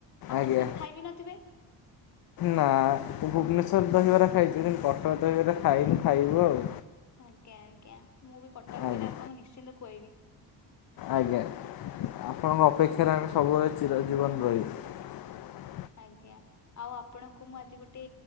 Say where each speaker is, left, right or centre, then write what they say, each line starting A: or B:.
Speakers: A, on the left; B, on the left.
A: ଆପଣ
B: ଆଜ୍ଞା।
A: ତ କେବେ ଖାଇ ବିି ନଥିବେ
B: ନା ଭୁବନେସ୍ <unintelligible> ଦହିବରା ଖାଇଛୁ କିନ୍ତୁ କଟର ଦହିବରା ଖାଇନୁ ଖାଇବୁ ଆଉ
A: ଆଜ୍ଞା ଆଜ୍ଞା ମୁଁ ବି କଟକ
B: ଆଜ୍ଞା
A: ଗଲେ ଆପଣଙ୍କୁ ନିଶ୍ଚିନ୍ତ କୁଆଇବି।
B: ଆଜ୍ଞା ଆପଣଙ୍କ ଅପେକ୍ଷାରେ ଆମେ ସବୁବେଳେ ଚିର ଜୀବନ ରହିବୁ।
A: ଆଜ୍ଞା ଆଉ ଆପଣଙ୍କୁ ମୁଁ ଆଜି ଗୋଟେ